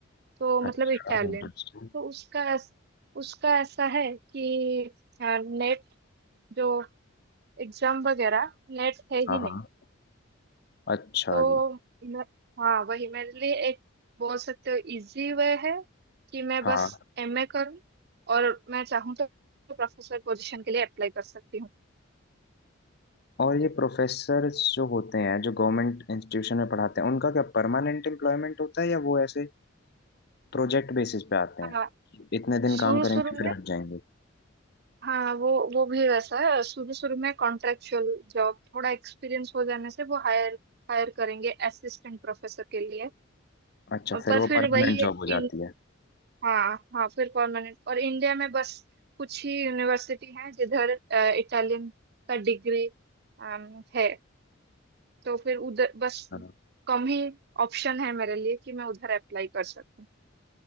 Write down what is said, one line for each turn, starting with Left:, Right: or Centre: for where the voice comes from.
Right: तो
Left: अच्छा
Right: मतलब इटालियन
Left: इंटरेस्टिंग
Right: तो उसका ऐस- उसका ऐसा है कि नेट जो एग्जाम वगैरह नेट है
Left: हाँ
Right: ही नहीं
Left: हाँ अच्छा
Right: तो
Left: जी
Right: मैं- हाँ वही मेरे लिए एक बोल सकते हो इजी वे है कि मैं
Left: हाँ
Right: बस एमए करूँ और मैं चाहूँ तो प्रोफेसर पोजीशन के लिए अप्लाई कर सकती हूँ
Left: और ये प्रोफेसर जो होते हैं जो गवर्नमेंट इंस्टीट्यूशन में पढ़ाते हैं उनका क्या परमानेंट एम्प्लॉयमेंट होता है या वो ऐसे प्रोजेक्ट बेसिस पे आते
Right: हाँ
Left: हैं इतने दिन
Right: शुरू
Left: काम करेंगे
Right: शुरू
Left: फिर
Right: में
Left: हट जाएंगे
Right: हाँ वो वो भी वैसा है शुरू शुरू में कॉन्ट्रेक्चुअल जॉब थोड़ा एक्सपीरियंस हो जाने से वो हायर हायर करेंगे असिस्टेंट प्रोफेसर के लिए
Left: अच्छा
Right: और
Left: फिर
Right: पर
Left: वो
Right: फिर
Left: परमानेंट
Right: वही
Left: जॉब
Right: इन
Left: हो जाती है
Right: हाँ हाँ फिर परमानेंट और इंडिया में बस कुछ ही यूनिवर्सिटी हैं जिधर इटालियन का डिग्री है तो फिर उधर बस
Left: अच्छा
Right: कम ही ऑप्शन है मेरे लिए कि मैं उधर अप्लाई कर सकूं